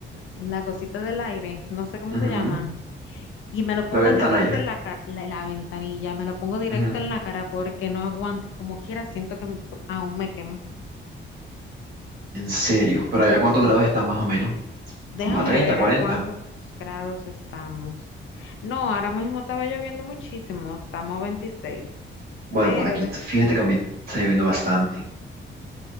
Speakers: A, on the left (about 75°); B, on the right (about 50°).
A: la cosita del aire, no sé cómo
B: Ujú,
A: se llama Y me lo pongo
B: La ventana
A: directo
B: ahí.
A: en la cara, la, la ventanilla, me lo pongo directo
B: Ujú.
A: en la cara porque no aguanto y como quiera siento que me- aún me quemo.
B: En serio, ¿para allá cuántos grados está más o menos?
A: Déjame
B: Como a 30,
A: ver
B: 40.
A: a cuántos grados estamos. No, ahora mismo estaba lloviendo muchísimo, estamos a veintiséis
B: Bueno,
A: pero
B: por aquí,
A: de-
B: fíjate que a mí está lloviendo bastante.